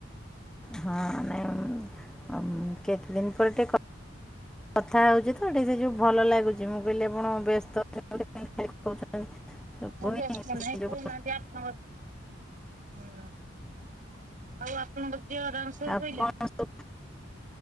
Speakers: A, in the centre; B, on the right.
A: ହଁ ନାଇଁ ଆଁ କେତେ ଦିନ ପରେ ଟିକେ କ ଥା ହେଉଛି ତ ଟିକେ ସେ ଯେଉଁ ଭଲ ଲାଗୁଛି। ମୁଁ କହିଲି ଆପଣ ବ୍ୟସ୍ତ <unintelligible> ପୁଣି
B: ଅ
A: ସେ
B: ନାାଇଁ
A: ଯୋଉ
B: କହୁନା ଆପ ନ ହୁଁ <inaudible> ଆଉ ଆପଣଙ୍କୁ ଯେଅ ଆରାମ ସେ ସୋଇପହିଲେଣି
A: ଆଉ କଣ ସବୁ